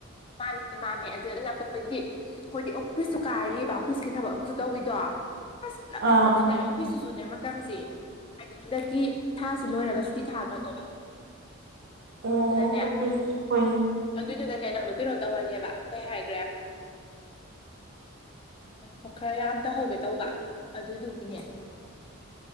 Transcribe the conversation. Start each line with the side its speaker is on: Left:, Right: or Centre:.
Left: ꯃꯥꯅꯦ ꯃꯥꯅꯦ ꯑꯗꯨꯗ ꯂꯥꯛꯄꯗꯒꯤꯗꯤ <inaudible> ꯈꯣꯏꯗꯤ ꯑꯣꯐꯤꯁꯁꯨ ꯀꯥꯔꯤꯕ ꯑꯣꯐꯤꯁꯀꯤ ꯊꯕꯛ ꯑꯃꯁꯨ ꯇꯧꯏꯗꯣ ꯑꯣꯐꯤꯁ
Right: ꯑꯥ
Left: ꯁꯤꯁꯨꯨꯅꯦ ꯃꯇꯝꯁꯤ ꯍꯥꯏꯗꯤ ꯍꯟꯗꯛꯀꯤ ꯊꯥꯁꯤ ꯂꯣꯏꯔꯒ ꯁꯨꯇꯤ ꯊꯥꯒꯗꯧꯕ
Right: <unintelligible>
Left: ꯑꯗꯨꯗꯨꯅꯅꯦ
Right: ꯑꯣꯐꯤꯁ ꯍꯣꯏꯅꯦ
Left: ꯑꯗꯨꯏꯗꯨꯅꯅꯦ ꯅꯪꯗꯣ ꯀꯩꯅꯣ ꯇꯧꯔꯅꯦꯕ ꯀꯩ ꯍꯥꯏꯈ꯭ꯔꯦ ꯑꯣ ꯈꯔ ꯌꯥꯝ ꯇꯧꯍꯧꯒꯦ ꯇꯧꯕ ꯑꯗꯨꯗꯨꯒꯤꯅꯦ